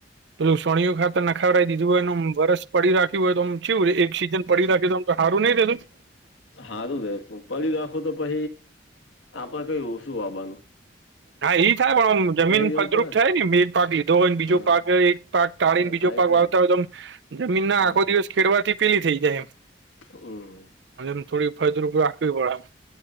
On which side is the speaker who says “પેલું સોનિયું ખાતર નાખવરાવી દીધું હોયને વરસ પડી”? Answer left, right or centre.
Right